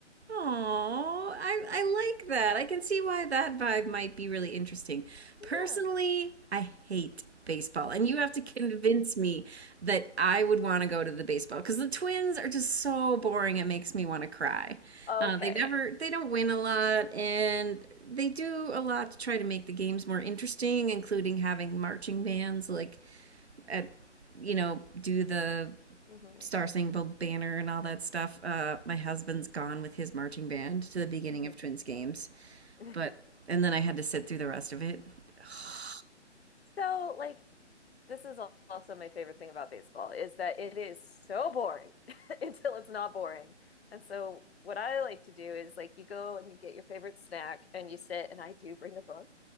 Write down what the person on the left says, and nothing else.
<laughs>
Yeah.
Okay.
Mm-hmm.
Mm-hmm.
<laughs>
So, like, this is also my favorite thing about baseball is that it is so boring <laughs> until it's not boring. And so, what I like to do is like you go and you get your favorite snack and you sit, and I do bring a book